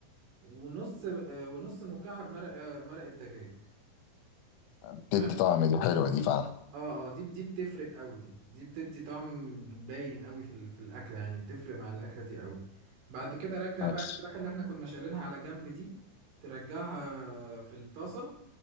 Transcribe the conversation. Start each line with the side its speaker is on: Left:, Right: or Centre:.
Right: ونص آه، ونص مكعب مرق آه، مرق الدجاج
Left: بتدي
Right: تمام
Left: طعم دي حلوه دي فعلا
Right: اه اه دي دي بتفرق قوي دي دي بتدي طعم باين قوي في ال- في الاكله يعني بتفرق مع الاكله دي قوي بعد كده رجع
Left: ماشي
Right: بقى الفراخ اللي احنا كنا شايلينها على جنب دي ترجعها في الطاسه